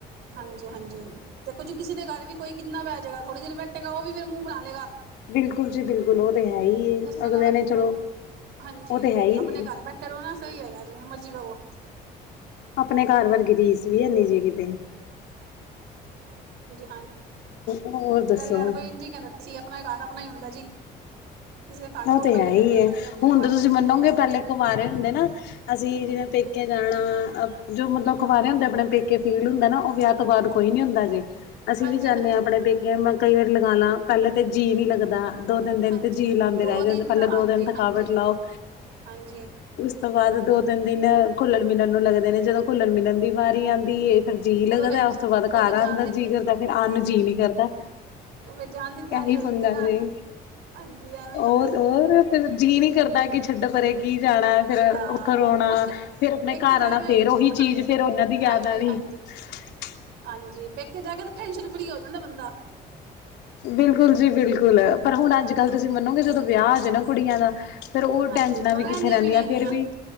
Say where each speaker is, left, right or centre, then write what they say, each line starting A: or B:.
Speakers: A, on the right (about 75°); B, on the left (about 80°).
A: ਹਾਂਜੀ-ਹਾਂਜੀ ਤੇ ਕੁੱਝ ਕਿਸੇ ਦੇ ਘਰ ਵੀ ਕੋਈ ਕਿੰਨਾ ਬਹਿ ਜਾਏਗਾ ਥੋੜੀ ਦੇਰ ਬੈਠ ਗਾ ਉਹ ਵੀ ਫਿਰ ਮੂੰਹ ਬਣਾ ਲਏਗਾ
B: ਬਿਲਕੁਲ ਜੀ ਬਿਲਕੁਲ ਉਹ ਤੇ ਹੈ ਹੀ
A: ਇਸ ਤਰ੍ਹਾਂ
B: ਅਗਲੇ
A: ਮੈਂ
B: ਨੇ ਚਲੋ
A: ਹਾਂਜੀ
B: ਉਹ ਤੇ ਹੈ ਹੀ
A: ਆਪਣੇ ਘਰ ਬੈਠੇ ਰਹੋ ਨਾ ਸਹੀ ਹੈਗਾ ਜਿਵੇਂ ਮਰਜ਼ੀ ਬਵੋ
B: ਆਪਣੇ ਘਰ ਵਰ ਰੀਸ ਵੀ ਹੈਨੀ ਜੇ ਕਿਤੇ
A: ਹਾਂ ਪਹਿਲਾਂ
B: ਹੋਰ ਦੱਸੋ
A: ਕੋਈ ਇੰਝ ਕਹਿੰਦਾ ਸੀ ਆਪਣਾ ਘਰ ਆਪਣਾ ਹੀ ਹੁੰਦਾ ਜੀ। ਕਿਸੇ ਦੇ ਘਰ ਜਾਓ
B: ਉਹ ਤੇ
A: ਪਹਿਲੇ
B: ਹੈ ਹੀ
A: ਟੇਡੇ ਮੇਡੇ ਮੂੰਹ
B: ਹੁਣ
A: ਬਣੇ
B: ਤਾਂ ਤੁਸੀਂ
A: ਸ਼ੁਰੂ
B: ਮੰਨੋਗੇ
A: ਹੋ ਜਾਂਦੇ
B: ਪਹਿਲੇ
A: ਨੇ
B: ਕੁਵਾਰੇ ਹੁੰਦੇ ਨਾ। ਅਸੀਂ ਜਿਵੇਂ ਪੇਕੇ ਜਾਣਾ ਜੋ ਮਤਲਬ ਖਬਾਰੇ ਹੁੰਦੇ ਆਪਣੇ ਪੇਕੇ ਫੀਲ ਹੁੰਦਾ ਨਾ ਉਹ ਵਿਆਹ ਤੋਂ ਬਾਅਦ ਕੋਈ ਨੀ ਹੁੰਦਾ ਜੇ। ਅਸੀਂ
A: ਹਾਂਜੀ
B: ਵੀ ਜਾਂਨੇ
A: ਹਾਂਜੀ।
B: ਹਾਂ ਆਪਣੇ ਪੇਕੇ ਮੈਂ ਕਈ ਵਾਰੀ ਲਗਾਣਾ ਪਹਿਲਾਂ ਤਾਂ ਜੀਅ ਨੀ ਲੱਗਦਾ। ਦੋ ਤਿੰਨ ਦਿਨ
A: ਹਾਂਜੀ
B: ਤੇ ਜੀਅ ਲਾਉਂਦੇ
A: ਦੋ
B: ਰਹਿ ਜਾਂਦੇ,
A: ਦਿਨ
B: ਦੇ ਪਹਿਲੇ
A: ਤਾਂ ਹਾਂਜੀ
B: ਦੋ ਦਿਨ ਥਕਾਵਟ
A: ਹਾਂਜੀ
B: ਲਾਯੋ।
A: ਹਾਂਜੀ
B: ਉਸ ਤੋਂ ਬਾਅਦ ਦੋ ਤਿੰਨ ਦਿਨ ਘੁੱਲਣ ਮਿਲਣ ਨੂੰ ਲੱਗਦੇ ਨੇ, ਜਦੋਂ ਘੁੱਲਣ ਮਿਲਣ ਦੀ ਵਾਰੀ ਆਉਂਦੀ ਏ ਫਿਰ ਜੀਅ ਲੱਗਦਾ,
A: ਉਦੋਂ ਫਿਰ
B: ਉਸ ਤੋਂ ਬਾਅਦ ਘਰ
A: ਉਦੋਂ ਜਾਣ
B: ਆਂਦਾ
A: ਦੀ ਤਿਆਰੀ
B: ਜੀਅ ਕਰਦਾ, ਫਿਰ ਆਣ ਨੂੰ ਜੀਅ ਨਹੀਂ ਕਰਦਾ।
A: ਉਹ ਫਿਰ ਜਾਣ ਦੀ ਤਿਆਰੀ
B: ਐ ਹੀ
A: ਹੋ ਜਾਂਦੀ
B: ਪੰਗਾ
A: ਨਾ
B: ਜੇ
A: ਹਾਂਜੀ ਐਵੇਂ
B: ਹੋਰ
A: ਹੁੰਦਾ ਜੀ
B: ਹੋਰ, ਫੇਰ ਜੀਅ ਨਹੀਂ ਕਰਦਾ, ਕਿ ਛੱਡ ਪਰੇ। ਕੀ ਜਾਣਾ, ਫੇਰ
A: ਅਹ
B: ਉੱਥੋਂ ਰੋਣਾ,
A: ਉੱਥੇ
B: ਫੇਰ ਆਪਣੇ
A: ਪੇਕੇ
B: ਘਰ
A: ਜਾ
B: ਆਣਾ
A: ਕੇ
B: ਫੇਰ ਉਹੀ
A: ਹਾਂਜੀ
B: ਚੀਜ਼, ਫੇਰ ਉਹਨਾਂ ਦੀ ਯਾਦ
A: ਹਾਂਜੀ
B: ਆਣੀ।
A: ਹਾਂਜੀ
B: ਹ <unintelligible>
A: ਹਾਂਜੀ, ਪੇਕੇ ਜਾ ਕੇ ਤੇ ਟੈਨਸ਼ਨ ਫਰੀ ਹੋ ਜਾਂਦਾ ਬੰਦਾ।
B: ਬਿਲਕੁਲ ਜੀ ਬਿਲਕੁਲ, ਪਰ ਹੁਣ
A: ਹਾਂਜੀ
B: ਅੱਜ ਕੱਲ੍ਹ ਤੁਸੀਂ ਮੰਨੋਗੇ, ਜਦੋਂ ਵਿਆਹ ਆ ਜਾਏ, ਨਾ ਕੁੜੀਆਂ ਦਾ ਫਿਰ ਉਹ
A: ਹਾਂਜੀ
B: ਟੈਨਸ਼ਨਾਂ
A: ਉਹ
B: ਵੀ ਕਿੱਥੇ ਰਹਿੰਦੀਆਂ,
A: ਨੀ ਹੈਗੀਆਂ
B: ਫਿਰ ਵੀ